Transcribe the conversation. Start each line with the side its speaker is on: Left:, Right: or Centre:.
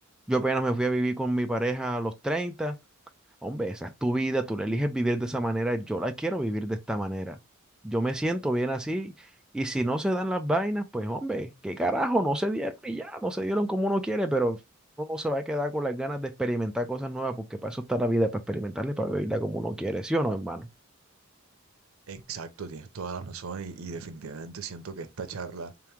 Centre: yo apenas me fui a vivir con mi pareja a los treinta Hombre, esa es tu vida, tú la eliges vivir de esa manera, yo la quiero vivir de esta manera. Yo me siento bien así y si no se dan las vainas, pues hombre, qué carajo, no se dieron y ya, no se dieron como uno quiere, pero uno no se va a quedar con las ganas de experimentar cosas nuevas porque para eso está la vida, para experimentarla y para vivirla como uno quiere, ¿sí o no, hermano?
Right: Exacto, tienes toda la razón y, y definitivamente siento que esta charla